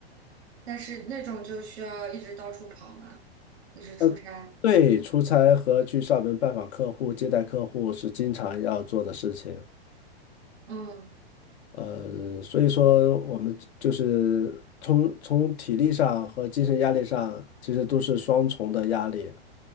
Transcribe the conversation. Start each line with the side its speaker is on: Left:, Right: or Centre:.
Right: 但是那种就需要一直到处跑嘛，一直出差。
Left: 呃，对，出差和去上门拜访客户、接待客户是经常要做的事情。
Right: 嗯
Left: 呃，所以说我们就是从从体力上和精神压力上，其实都是双重的压力。